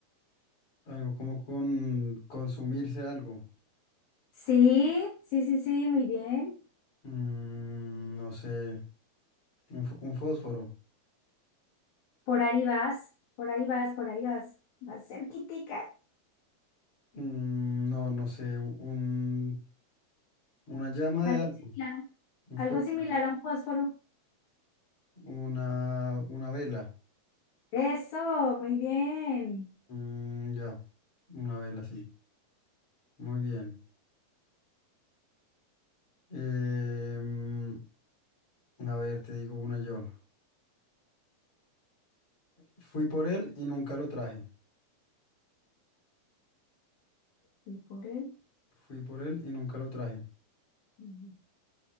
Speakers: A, on the left; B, on the left.
A: Algo como con consumirse algo.
B: Sí, sí, sí, sí, muy bien.
A: Mm, no sé, un, fo- un fósforo.
B: Por ahí vas, por ahí vas, por ahí vas. Vas cerquitica.
A: Mm, no, no sé, un, una llama
B: Algo
A: de algo,
B: similar,
A: un
B: algo
A: fuego,
B: similar a un fósforo.
A: una, una vela.
B: Eso, muy bien.
A: Mm, ya, una vela, sí. Muy bien. Em, a ver, te digo una yo. Fui por él y nunca lo traje.
B: Y por él.
A: Fui por él y nunca lo traje.
B: mm,